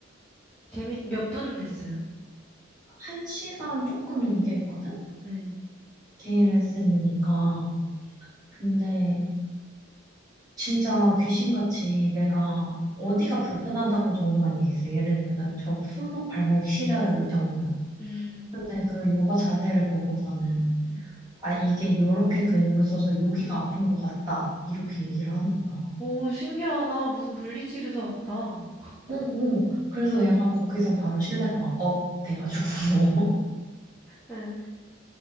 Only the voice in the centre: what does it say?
재밌, 몇 분 했어요?
네.
음,
음,
음.
오, 신기하다. 무슨 물리치료소 같다. <laughs>
네.